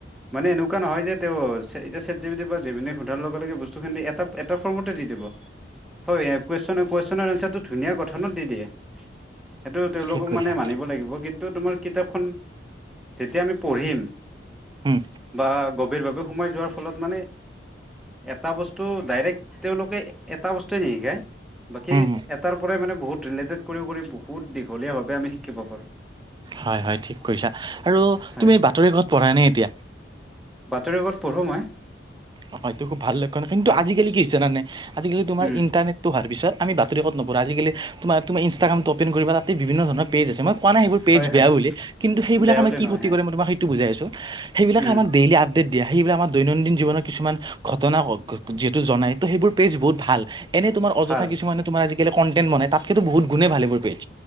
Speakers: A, in the centre; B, on the right (about 25°).
A: মানে এনেকুৱা নহয় যে তেওঁ ছে এতিয়া ছেট জিপিটিৰ পৰা যিভিনি সোধাৰ লগে লগে বস্তুখিন্তি এট টা এটা ফৰ্মতে দি দিব। হয় এ কুৱেশন কুৱেশনৰ এনচাৰটো ধুনীয়া গঠনত দি দিয়ে। সেইটো তেওঁলোকক
B: ঠিক কৈছা
A: মানে মানিব লাগিব কি ন্তু তোমাৰ কিতাপখন, যেতিয়া আমি পঢ়িম
B: উম।
A: বা গভীৰভাৱে সোমাই যোৱাৰ ফলত মানে, এটা বস্তু ডাইৰেক্ট তেওঁলোকে এটা বস্তুৱে নিশিকায়। বাকী
B: উম
A: এটাৰ পৰাই মানে বহুত ৰিলেটেড কৰি কৰি বহুত দীঘলীয়াভাৱে আমি শিকিব পাৰোঁ।
B: হয় হয়, ঠিক কৈছা। আৰু
A: হয়
B: তুমি বা পঢ়াইনে এতিয়া?
A: বাতৰিকাকত পঢ়োঁ মই।
B: অ' অ' এইটো খুব ভাল লক্ষণ। কিন্তু
A: হয়
B: আজিকালি কি হৈছে জানানে? আজিকালি তোমাৰ
A: উম
B: ইণ্টাৰনেট টো হোৱাৰ পিছত, আমি বাতৰিকাকত নপঢ়ো। আজিকালি তোমাৰ তুমি ইনষ্টাগ্ৰামটো অ'পেন কৰিবা, তাতেই বিভিন্ন ধৰণৰ পেজ আছে। মই কোৱা নাই সেইবোৰ পেজ
A: হয়
B: বেয়া
A: হয়
B: বুলি, কিন্তু সেইবিলাকে
A: বেয়া বুলি
B: আমাক কি
A: নহয়
B: ক্ষতি
A: হয়
B: কৰে মই তোমাক সেইটো বুজাই আছোঁ। সেইবিলাকে
A: উম
B: আমাক ডেইলি আপ দেত দিয়া। সেইবিলাক আমাক দৈনন্দিন জীৱনৰ কিছুমান ঘটনা যিহেতু জনাই, ত' সেইবোৰ পেজ বহুত ভাল। এনেই তোমাৰ অযথা
A: ভাল
B: কিছুমানে তোমাৰ আজিকালি কন্টেন্ট বনাই, তাতকেতো বহুত গুণে ভাল এইবোৰ পেজ।